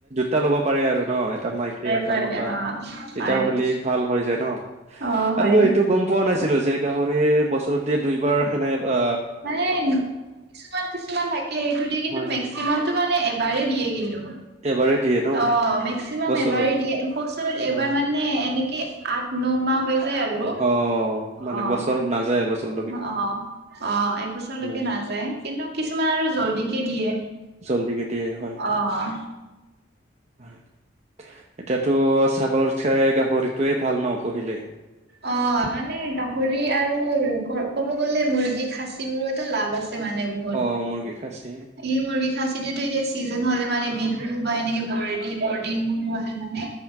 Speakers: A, on the right; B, on the right.
A: টা ল'ব পাৰে আৰু। ন' এটা মাইকী, এটা
B: পাৰে
A: মতা
B: অ
A: তেতিয়া
B: হয়
A: হ'লে ভাল হৈ যায় ন'?
B: অ', হয়
A: আৰু মই এইটো গম পোৱা নাছিলোঁ যে গাহৰি বছৰতে দুইবাৰ সেনে আ
B: মানে, কিছুমান কিছুমান থাকে সেইটো দিয়ে কিন্তু
A: হয়
B: মেক্সিমামে
A: হয়
B: টো মানে এবাৰেই দিয়ে কিন্তু।
A: এবাৰে দিয়ে ন
B: অঁ, মেক্সিমাম
A: বছৰত
B: এবাৰেই দিয়ে। বছৰত এবাৰ
A: অ।
B: মানে এনেকে আঠ, ন মাহ হৈ যায় আৰু
A: অ মানে
B: অঁ।
A: বছৰত নাযায় এবছৰ।
B: অঁ, অঁ একবছৰলৈকে
A: উম
B: নাযায়। কিন্তু কিছুমান আৰু জল্ডিকে দিয়ে।
A: জল্দিকে দিয়ে হয়,
B: অ',
A: হয়। এতিয়াটো ছাগলৰ চাই গাহৰিটোৱে ভাল ন' পুহিলে।
B: অঁ, মানে গাহৰি আৰু ক ক'ব গলে মুৰ্গী খাচী বোৰটো এটা লাভ আ ছে মানে, বহুত।
A: অ মুৰ্গী খাচী
B: ই মুৰ্গী খাছীটোতো এতিয়া চিজন হ'লে মানে বিহু বা এনেকে বৰদি বৰদিনবোৰ হ'লে মানে